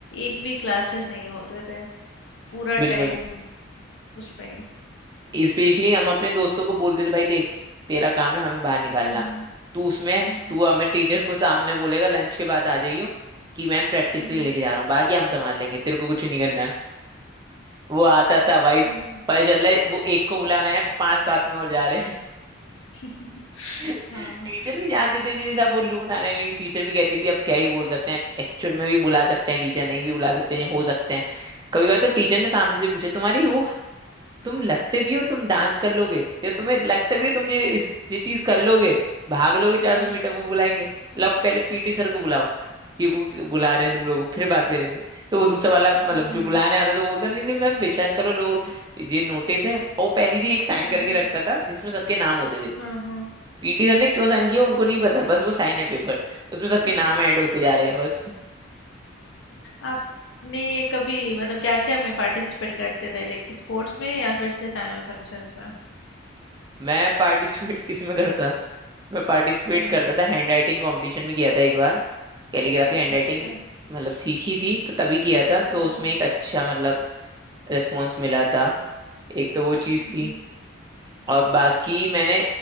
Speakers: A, on the left; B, on the right.
A: एक भी क्लासेस नहीं होते थे पूरा
B: बिल्कुल
A: टाइम उसमें
B: स्पेशली हम अपने दोस्तों को बोलते थे भाई देख तेरा काम है हमें बाहर निकालना
A: हुँ, हुँ।
B: तू उसमें
A: हुँ।
B: तू हमें टीचर को सामने बोलेगा लंच के बाद आ जाइयो कि मैम प्रैक्टिस
A: हुँ,
B: के
A: हुँ।
B: लिए लेके जा रहा हूँ बाकी हम संभाल लेंगे तेरे को कुछ नहीं करना है वो आता था भाई पता
A: हुँ।
B: चल रहा है वो एक को बुलाना है पांच सात में और जा रहे
A: <laughs>
B: टीचर
A: हाँ।
B: भी जानते थे जी सब उल्लू बना रहे हैं लेकिन टीचर भी कहती थी अब क्या ही बोल सकते हैं एक्चुअल में भी बुला सकते हैं टीचर नहीं भी बुला सकते हैं हो सकते हैं कभी
A: हुँ।
B: कभी तो टीचर ने सामने से पूछा तुम्हारी वो तुम लगते भी हो तुम डांस कर लोगे या तुम्हें लगता भी हो तुम ये इस ये चीज कर लोगे भाग लोगे चार
A: हुँ।
B: सौ मीटर वो बुलाएंगे लब पहले पीटी सर को बुलाओ कि वो बुला रहे हैं तुम लोगों को फिर बात करेंगे तो वो दूसरा वाला मतलब
A: हुँ।
B: जो बुलाने आता तो बोलता नहीं नहीं मैम विश्वास करो लोग ये नोटिस है और वो पहले से ही एक साइन
A: हुँ,
B: करके
A: हुँ।
B: रखता था जिसमें सबके नाम होते थे
A: हाँ, हाँ।
B: पीटी सर ने क्यों साइन किया उनको नहीं पता बस वो साइन है पेपर उसमें सबके
A: हुँ। <laughs>
B: नाम ऐड होते जा रहे हैं बस
A: आपने ये कभी मतलब क्या-क्या में पार्टिसिपेट करते थे लाइक स्पोर्ट्स में या फिर सिर्फ़ एनुअल फंक्शंस में?
B: मैं पार्टिसिपेट <laughs> किस में करता मैं पार्टिसिपेट
A: हुँ।
B: करता था हैंड राइटिंग कॉम्पिटिशन में किया था एक बार कैलीग्राफी
A: अच्छा,
B: हैंड राइटिंग
A: अच्छा। हुँ,
B: मतलब सीखी थी तो तभी किया था
A: हुँ।
B: तो उसमें एक अच्छा मतलब रिस्पॉन्स मिला था एक तो वो चीज़
A: हुँ,
B: थी
A: हुँ।
B: और बाकी मैंने